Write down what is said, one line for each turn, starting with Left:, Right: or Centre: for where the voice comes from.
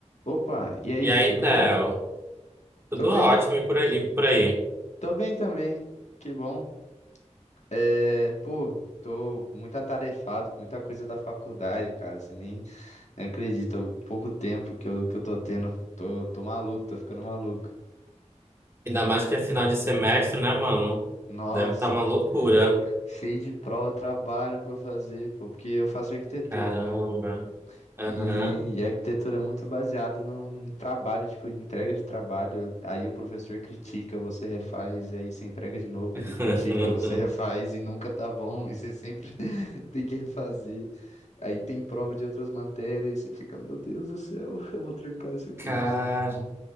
Left: Opa, e aí,
Right: E aí,
Left: tudo
Right: Theo?
Left: bom?
Right: Tudo
Left: Tô bem,
Right: ótimo e por aí, e por aí.
Left: tô bem também, que bom. É, pô, tô muito atarefado com muita coisa da faculdade, cara, você nem, nem acredita, o pouco tempo que eu, que eu tô tendo, tô, tô maluco, tô ficando maluco.
Right: Ainda mais que é final de semestre, né, mano?
Left: Nossa,
Right: Deve estar uma loucura.
Left: cheio de prova, trabalho pra eu fazer, pô, porque eu faço arquitetura,
Right: Caramba.
Left: né?
Right: Aham.
Left: E, e a arquitetura é muito baseada no, no trabalho, tipo, de entrega de trabalho. Aí o professor critica, você refaz, e aí você entrega de novo,
Right: <laughs>
Left: ele critica, você <laughs> refaz e nunca tá bom, e você sempre <laughs> tem que refazer. Aí tem prova de outras matérias, e você fica, meu Deus do céu, <laughs> eu vou trancar esse curso.
Right: Cara,